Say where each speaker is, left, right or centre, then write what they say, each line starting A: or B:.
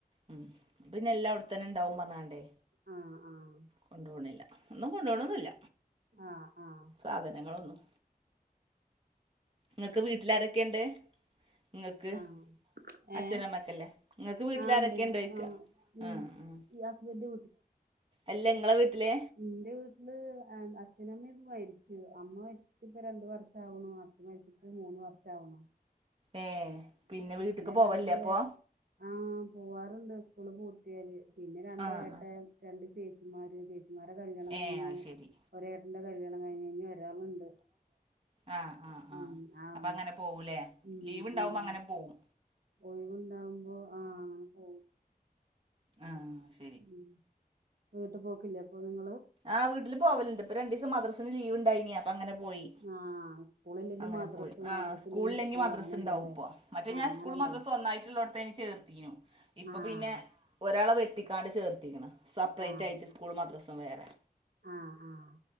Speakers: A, on the right; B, on the right.
A: ഉം പിന്നെ എല്ലാ അവിടെത്തന്നെ ഉണ്ടാവും പറഞ്ഞാണ്ടേ
B: ആഹ് ആഹ്
A: കൊണ്ടു പോണില്ല ഒന്നും കൊണ്ട് പോണോന്നില്ല
B: ആഹ് ആഹ്
A: സാധനങ്ങളൊന്നും നിങ്ങക്ക് വീട്ടിലാരെക്കെണ്ട് നിങ്ങക്ക്
B: ആഹ്
A: അച്ഛനും
B: ഏഹ്
A: അമ്മേക്കില്ലേ ബങ്ങക്ക് വീട്ടിലാരെക്കെണ്ട്
B: ആഹ് ഇണ്ട് ഇണ്ട്
A: ചോയ്ക്ക
B: ആഹ് ഉം
A: ആഹ് ആഹ്
B: ഈ ഹസ്ബൻന്റെ
A: അല്ല ഇങ്ങളെ വീട്ടിലെ
B: എന്റെ വീട്ടില് ആഹ് അച്ഛനും അമ്മേം മരിച്ചു അമ്മ മരിച്ചിട്ട് ഇപ്പ രണ്ട് വർഷാവണു അ ഛൻ മരിച്ചിട്ട് മൂന്ന് വർഷാവണു
A: ഏഹ് പിന്നെ വീട്ടക്ക് പോവലില്ലേ
B: രണ്ട്
A: അപ്പൊ
B: ആഹ് പോവാറുണ്ട് സ്കൂള് പൂട്ടിയാല് പിന്നെ രണ്ട്
A: ആ
B: ഏട്ടൻ
A: ആ
B: രണ്ട് ചേച്ചിമാര് ചേച്ചിമാരെ കല്യാണം
A: ഏ
B: കഴിഞ്ഞ്
A: അത് ശരി
B: ഒരേട്ടന്റെ കല്യാണം കഴിഞ്ഞ് ഇനി ഒരാളുണ്ട്
A: ആ ആഹ് ആ
B: ഉം ആഹ്
A: അപ്പൊ അങ്ങനെ പോകൂല്ലേ
B: ഉം
A: ലീവ് ഉണ്ടാവുമ്പോ
B: ഉം
A: അങ്ങനെ പോകും
B: ഒഴിവുണ്ടാവുമ്പോ ആഹ് അങ്ങനെ പോകും
A: ആ ശരി
B: ഉം വീട്ട് പോക്കില്ലേ അപ്പൊ നിങ്ങള്
A: ആ വീട്ടില് പോകലുണ്ട് ഇപ്പം രണ്ടിസം മദ്രസിന് ലീവ് ഉണ്ടായിനീ അപ്പോ അങ്ങനെ പോയി
B: ആഹ് സ്കൂളില്ലെങ്കി
A: അങ്ങനെ
B: മദ്രസ്
A: പോയി ആ
B: മദ്രസ്
A: സ്കൂളില്ലെങ്കിൽ
B: ഇല്ലെങ്കി സ്കൂൾ
A: മദ്രസ്
B: അങ്ങനെ
A: ഉണ്ടാവും
B: ഉണ്ടല്ലേ
A: ഇപ്പ മറ്റേ
B: ആഹ്
A: ഞാൻ
B: അങ്ങനെണ്ട്
A: സ്കൂളും മദ്രസും ഒന്നായി ഉള്ളടത്തേനു ചേർത്തീനു ഇപ്പൊ
B: ആഹ്
A: പിന്നെ ഒരാളെ വെട്ടിക്കാണ്ട് ചേർത്തിക്ക്ണ് സെപ്പറേറ്റ്
B: ആഹ്
A: ആയിട്ട് സ്കൂൾ മദ്രസും വേറെ
B: ആഹ് ആഹ്